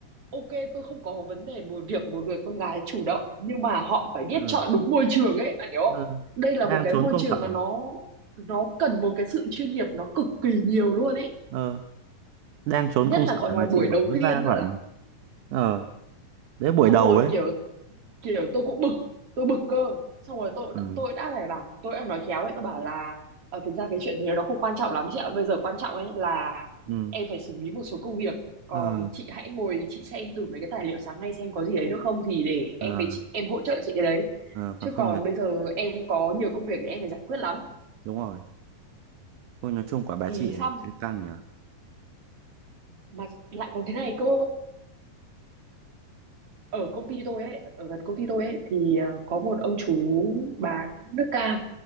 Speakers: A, on the right (about 40°); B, on the right (about 70°).
A: ok tôi không có vấn đề một việc một người con gái chủ động nhưng mà họ phải biết
B: ờ
A: chọn đúng môi trường ấy bạn hiểu không
B: ờ
A: đây là
B: đang
A: một cái
B: trốn
A: môi
B: công
A: trường
B: sở
A: mà nó nó cần một cái sự chuyên nghiệp nó cực kỳ nhiều luôn ấy
B: ờ đang trốn
A: nhất
B: công
A: là
B: sở
A: còn
B: mà
A: là
B: chị
A: buổi đầu
B: hỏi vất
A: tiên
B: vả
A: nữa
B: bạn ờ đấy buổi
A: xong
B: đầu
A: rồi
B: ấy
A: kiểu kiểu tôi cũng bực tôi bực cơ xong rồi tôi
B: ừ
A: tôi đã phải bảo tôi đã nói khéo ấy tôi bảo là ờ, thực ra cái chuyện thế nó không quan trọng lắm chị ạ bây giờ quan trọng ấy là
B: ừ
A: em phải xử lý một số công việc còn
B: ờ
A: chị hãy ngồi chị xem thử mấy cái tài liệu sáng nay xem có gì đấy được không thì để em
B: ờ
A: với chị, em hỗ trợ chị cái đấy
B: ờ
A: chứ
B: còn không
A: còn
B: được
A: bây giờ em có nhiều công việc để em phải giải quyết lắm
B: đúng rồi ôi nói chung quả bà
A: thì
B: chị ấy
A: xong
B: thấy căng nhỉ
A: mà lại còn thế này cơ ở công ty tôi ấy ở gần công ty tôi ấy thì ờ, có một ông chú bán nước cam